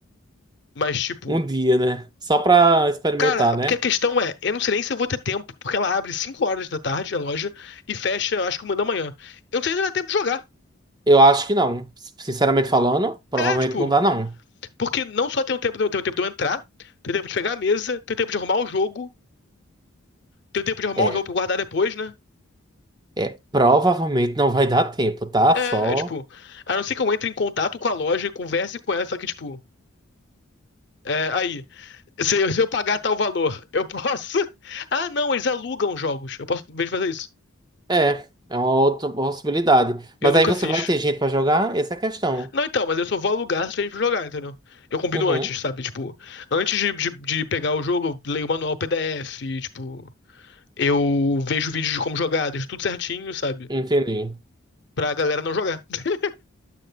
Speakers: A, on the left; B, on the right.
A: Mas, tipo.
B: Um dia, né? Só pra experimentar,
A: Cara,
B: né?
A: porque a questão é, eu não sei nem se eu vou ter tempo, porque ela abre 5 horas da tarde a loja e fecha, eu acho que uma da manhã. Eu não sei se vai ter tempo de jogar.
B: Eu acho que não. Sinceramente falando, provavelmente
A: É, tipo,
B: não dá, não.
A: Porque não só tem o tempo, tem o tempo, tem o tempo de eu entrar, tem o tempo de pegar a mesa, tem o tempo de arrumar o jogo, tem o tempo de arrumar
B: É,
A: o jogo pra eu guardar depois, né?
B: é, provavelmente não vai dar tempo, tá?
A: É,
B: Só.
A: é tipo, a não ser que eu entre em contato com a loja e converse com ela, só que, tipo, é, aí, se eu, se eu pagar tal valor, eu posso. <laughs> Ah, não, eles alugam jogos. Eu posso, em vez de fazer isso.
B: É, é uma outra possibilidade.
A: Eu
B: Mas
A: nunca
B: aí você
A: fiz.
B: vai ter gente pra jogar? Essa é a questão.
A: Não, então, mas eu só vou alugar se tiver pra jogar, entendeu? Eu combino
B: Uhum.
A: antes, sabe? Tipo, antes de, de, de pegar o jogo, eu leio o manual PDF, tipo, eu vejo vídeos de como jogar, deixo tudo certinho, sabe?
B: Entendi.
A: pra galera não jogar, <laughs>